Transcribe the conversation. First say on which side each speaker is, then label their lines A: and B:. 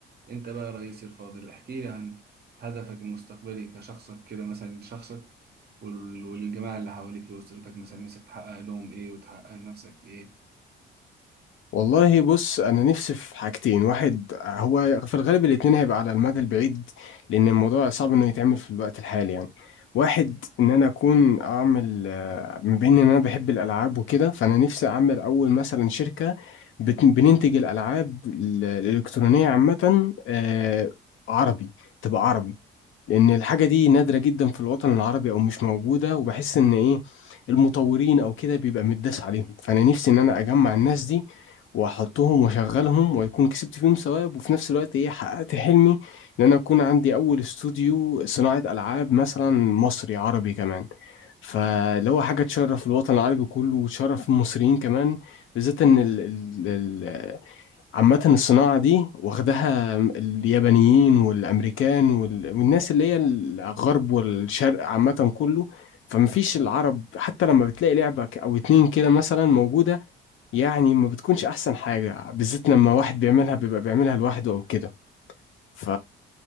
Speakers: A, on the right; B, on the left.
A: انت بقى يا رئيسي الفاضل احكي لي عن هدفك المستقبلي كشخصك كده مثلا شخصك وال- والجماعه اللي حواليك واسرتك مثلا نفسك تحقق لهم ايه وتحقق لنفسك ايه
B: والله بص انا نفسي في حاجتين واحد هو في الغالب الاتنين هيبقى على المدى البعيد لان الموضوع صعب انه يتعمل في الوقت الحالي يعني واحد ان انا اكون اعمل آه، ما بين ان انا بحب الالعاب وكده فانا نفسي اعمل اول مثلا شركة بت- بننتج الالعاب ال- الالكترونية عامة آه، عربي تبقى عربي لان الحاجه دي نادره جدا في الوطن العربي او مش موجوده وبحس ان ايه المطورين او كده بيبقى متداس عليهم فانا نفسي ان انا اجمع الناس دي واحطهم واشغلهم ويكون كسبت فيهم ثواب وفي نفس الوقت ايه حققت حلمي ان انا اكون عندي اول استوديو صناعه العاب مثلا مصري عربي كمان فاللي هو حاجه تشرف الوطن العربي كله وتشرف المصريين كمان بالذات ان ال- ال- ال- عامة الصناعة دي واخدها اليابانيين والأمريكان وال... والناس اللي هي الغرب والشرق عامة كله فمفيش العرب حتى لما بتلاقي لعبة ك- أو اتنين كده مثلا موجودة يعني ما بتكونش أحسن حاجة بالذات لما واحد بيعملها بيبقى بيعملها لوحده أو كده ف